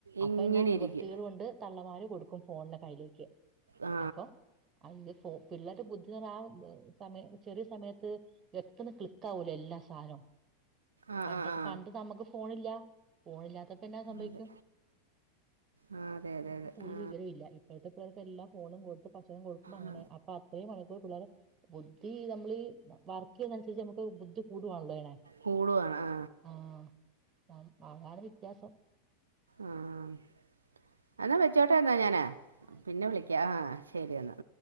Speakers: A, on the right; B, on the right.
A: ഇങ്ങനെ
B: അപ്പൊ എന്നാ നിവൃത്തികേട്
A: ഇരിക്കും
B: കൊണ്ട് തള്ളമാര് കൊടുക്കും ഫോണിന്റെ കയ്യിലേക്ക്
A: ആ
B: അപ്പൊ ഇത് പിള്ളേരു ബുദ്ധി ആ സമയ ചെറിയ സമയത്ത് വ്യക്തന്ന് ക്ലിക്ക് ആവൂലോ എല്ലാ സാദനവും.
A: ആ
B: പണ്ട
A: ആ ആ
B: പണ്ട് നമുക്ക് ഫോണില്ല ഫോണില്ലാത്ത ഇപ്പഎന്നാ സംഭവിക്കും
A: അതെ ആ അതെ
B: അപ്പൊ
A: അതെ
B: നമുക്ക്
A: അതെ
B: കൂടുതൽ
A: ആ
B: വിവരമില്ല. ഇപ്പോഴത്തെ പിള്ളേർക്കെല്ലാം ഫോണും കൊടുത്ത് ഭക്ഷണവും കൊടുക്കുമ്പോ അങ്ങനെ
A: ആ
B: അപ്പൊ അത്രേ മണിക്കൂർ പിള്ളേർ ബുദ്ധി നമ്മളീ വർ വർക്ക് ചെയ്യന്നനുസരിച്ച് നമുക്ക് ബുദ്ധി കൂടുവാണല്ലോ ചെയ്യണേ
A: കൂടുവാണ് ആ
B: ആഹ് ആ അതാണ് വ്യത്യാസം
A: ആഹ് ആഹ് എന്നാ വെച്ചോട്ടെ എന്നാ ഞാന്
B: ആ ആയിക്കോട്ടെ
A: പിന്നെ വിളിക്കാ
B: ആയിക്കോട്ടെ
A: ആഹ് ശെരി എന്നാ.